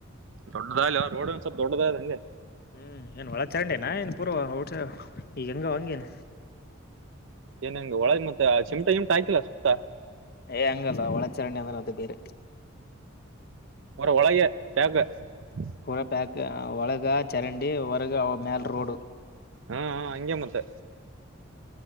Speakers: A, on the right; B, on the left.
A: ದೊಡ್ಡದ ಇಲ್ಲವ ರೋಡ್ ಒನ್ ಸ್ವಲ್ಪ್ ದೊಡ್ಡದಾಯದೆ ಹಂಗೆ
B: ಹ್ಮ್ ಏನ್ ಒಳ ಚರಂಡೇನಾ ಏನ್ ಪೂರ್ವ ಔಟ್ ಈಗ ಹೆಂಗ ಹಂಗವ್ ಹಂಗೆನ
A: ಏನ್ ಹೆಂಗ ಒಳ ಮತ್ತೆ ಆ ಚಿಮಟಾ ಗಿಮ್ಮಟಾ ಆಕಿಲ್ಲ ಸುತ್ತಾ
B: ಏ ಹಂಗಲ್ಲ ಒಳ ಚರಂಡಿ ಅಂದ್ರ ಅದು ಬೇರೆ
A: ಒರ ಒಳಗ <unintelligible>
B: ಪೂರ ಪ್ಯಾಕ್ ಒಳಗ ಚರಂಡಿ ಒರಗ ಮೇಲ್ ರೋಡು
A: ಹಾ ಹಾ ಹಂಗೆ ಮತ್ತೆ